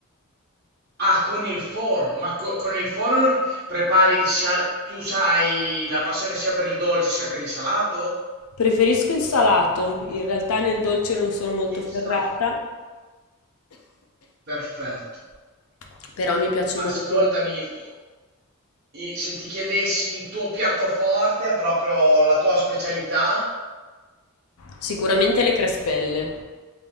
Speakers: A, on the right; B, on the left.
A: Ah, con il forno. Ma co- con il forno prepari sia... Tu sai la passione sia per il dolce sia per il salato?
B: Preferisco il salato, in realtà nel dolce non sono molto
A: Il
B: ferrata,
A: salato. Perfetto.
B: <coughs> però mi piace molto.
A: Ascoltami, il tuo... i- se ti chiedessi il tuo piatto forte, proprio la tua specialità,
B: Sicuramente le crespelle.